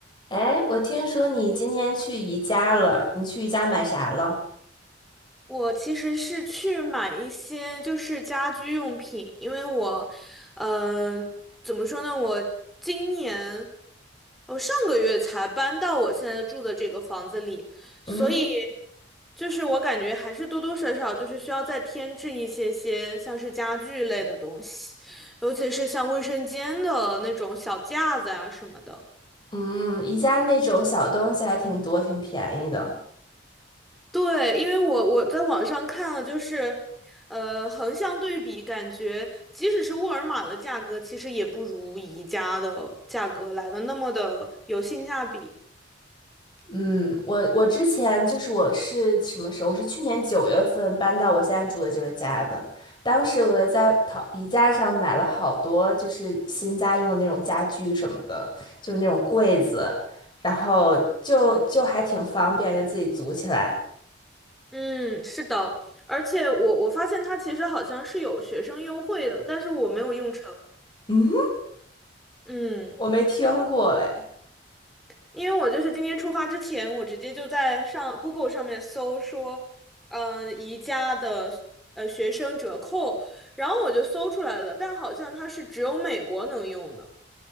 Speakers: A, on the left; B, in the centre.
A: 哎，我听说你今天去宜家了，你去宜家买啥了？
B: 我其实是去买一些就是家居用品，因为我，呃，怎么说呢？我今年，我上个月才搬到我现在住的这个房子里，所以
A: 嗯，
B: 就是我感觉还是多多少少就是需要再添置一些些像是家具类的东西，尤其是像卫生间的那种小架子啊什么的。
A: 嗯，宜家那种小东西还挺多，挺便宜的。
B: 对，因为我我在网上看了，就是，呃，横向对比，感觉即使是沃尔玛的价格，其实也不如宜家的价格来的那么的有性价比。
A: 嗯，我我之前就是我是什么时候？我是去年九月份搬到我现在住的这个家的。当时我在淘宜家上买了好多，就是新家用的那种家具什么的，就是那种柜子，然后就就还挺方便，就自己组起来。
B: 嗯，是的，而且我我发现它其实好像是有学生优惠的，但是我没有用成。
A: 嗯，
B: 嗯。
A: 我没听过哎
B: 因为我就是今天出发之前，我直接就在上 Google 上面搜说，嗯、宜家的呃学生折扣，然后我就搜出来了，但好像它是只有美国能用的，